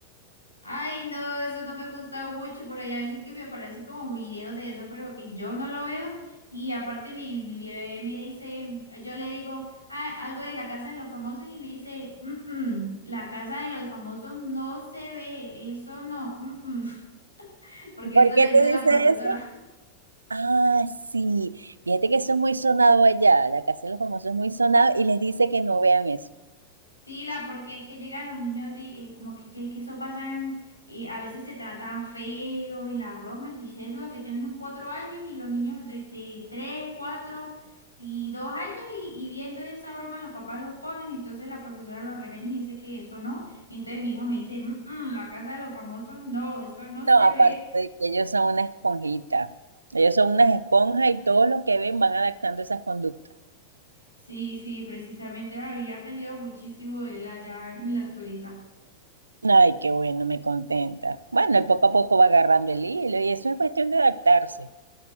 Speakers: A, on the left; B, on the right.
A: Ay, no, eso no me gusta mucho. Por ahí a veces que me aparece como video de eso, pero que yo no lo veo. Y aparte mi, mi bebé me dice, yo le digo "Ah, algo de la casa de los famosos y me dice, "Mm, mm, la casa de los famosos no se ve, eso no, mm, mm", <laughs> porque
B: ¿Por
A: eso le
B: qué
A: dice
B: te dice
A: la profesora.
B: eso? Ah, sí. Fíjate que eso es muy sonado allá. La Casa de los Famosos es muy sonado y les dice que no vean eso.
A: Sí, la, porque es que llegan los niños de, eh, como que, que, que eso pasan, eh, a veces se tratan feo y la broma, y pues es lo que tienen cuatro años y los niños de, de tres, cuatro y dos años y, y viendo esa broma los papás los ponen, entonces la profesora los regaña y dice que eso no, y entonces mi hijo me dice, "Mm, mm, la casa de los famosos, no, eso no se
B: No, aparte
A: ve.
B: de que ellos son unas esponjitas. Ellos son unas esponjas y todo lo que ven van adaptando esas conductas.
A: Sí, sí, precisamente había aprendido muchísimo de él allá en la escuelita.
B: Ay, qué bueno, me contenta. Bueno, él poco a poco va agarrando el hilo y eso es cuestión de adaptarse.